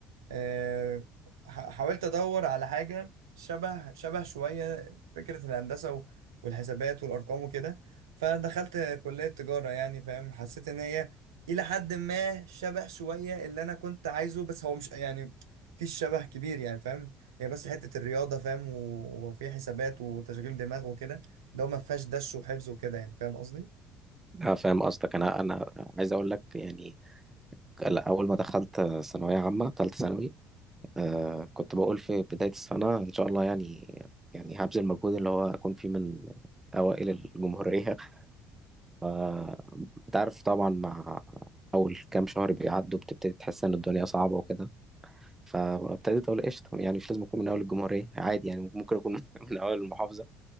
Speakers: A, on the right (about 80°); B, on the right (about 15°).
A: آه، ح- حاولت ادور على حاجه شبه شبه شويه فكره الهندسه و- والحسابات والارقام وكده فدخلت كليه تجاره يعني فاهم حسيت ان هي الى حد ما شبه شويه اللي انا كنت عايزه بس هو مش يعني في شبه كبير يعني فاهم هي بس حته الرياضه فاهم و- وفي حسابات وتشغيل دماغ وكده لو ما فيهاش دش وحفظ وكده يعني فاهم قصدي
B: أنا فاهم قصدك أنا أنا عايز أقول لك يعني لا، أول ما دخلت ثانوية عامة تالتة ثانوي آه كنت بقول في بداية السنة إن شاء الله يعني يعني هبذل مجهود اللي هو أكون فيه من أوائل الجمهورية فأنت عارف طبعا مع أول كام شهر بيعدوا بتبتدي تحس إن الدنيا صعبة وكده فابتديت اقول قشطه يعني مش لازم اكون من اول الجمهوريه عادي يعني ممكن اكون <laughs> من اول المحافظه